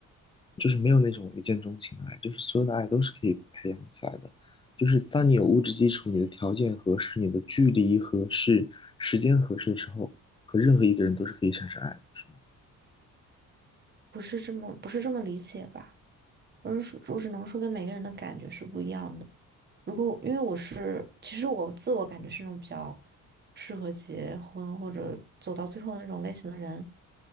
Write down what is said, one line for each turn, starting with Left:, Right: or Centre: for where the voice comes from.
Left: 就是没有那种一见钟情的爱，就是所有的爱都是可以培养起来的。就是当你有物质基础，你的条件合适，你的距离合适，时间合适的时候，和任何一个人都是可以产生爱的，是吗？
Right: 不是这么，不是这么理解吧？我是我只能说跟每个人的感觉是不一样的。如果因为我是，其实我自我感觉是那种比较适合结婚或者走到最后的那种类型的人，